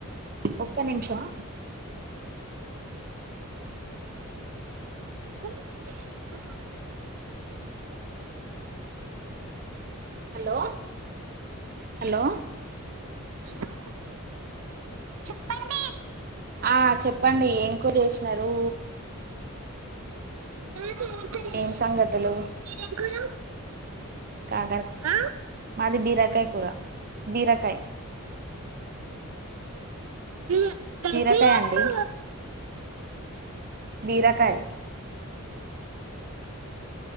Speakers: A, on the right; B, on the right.
A: ఒక్క నిమిషం
B: వాయిస్
A: హలో హలో
B: హలో చెప్పండి
A: ఆ చెప్పండి ఎం కూర చేసినారు
B: ఆ కరెక్ట్ చేసింది
A: ఏం సంగతులు
B: మీరేం కూర
A: కాకర్
B: ఆ
A: మాది బీరకాయ కూర బీరకాయ
B: బియ్య దద్దోజనపు
A: బీరకాయ అండి బీరకాయ